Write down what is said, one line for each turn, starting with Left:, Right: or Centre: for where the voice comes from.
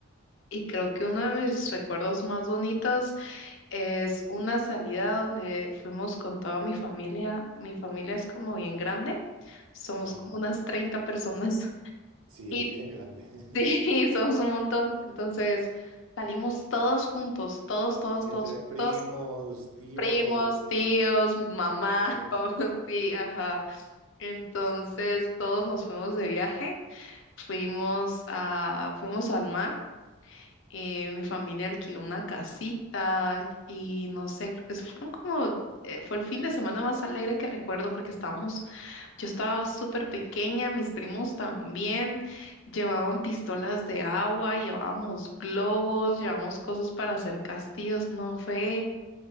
Left: y creo que uno de mis recuerdos más bonitos es una salida donde fuimos con toda mi familia. Mi familia es como bien grande, somos
Right: Ajá.
Left: como unas 30 personas.
Right: Sí,
Left: <laughs>
Right: es bien grande. <laughs>
Left: Sí, <laughs> somos un montón. Entonces salimos todos juntos, todos, todos,
Right: Entre
Left: todos juntos.
Right: primos, tíos,
Left: Primos, tíos, mamá,
Right: abuelos.
Left: <laughs> papá, sí, ajá. Entonces todos nos fuimos de viaje, fuimos a, fuimos al mar. eh, mi familia alquiló una casita y no sé, creo que se fueron como, eh, fue el fin de semana más alegre que recuerdo porque estábamos yo estaba súper pequeña, mis primos también llevaban pistolas de agua, llevábamos globos, llevábamos cosas para hacer castillos, no fue